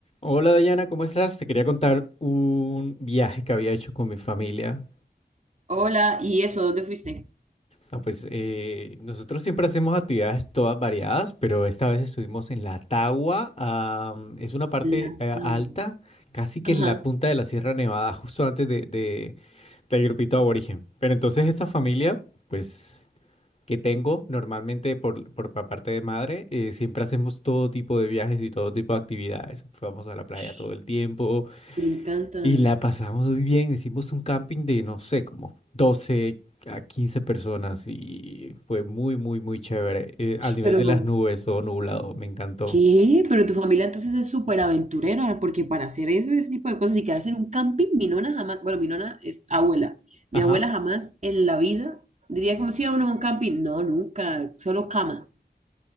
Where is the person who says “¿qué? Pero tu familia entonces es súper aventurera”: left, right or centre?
Right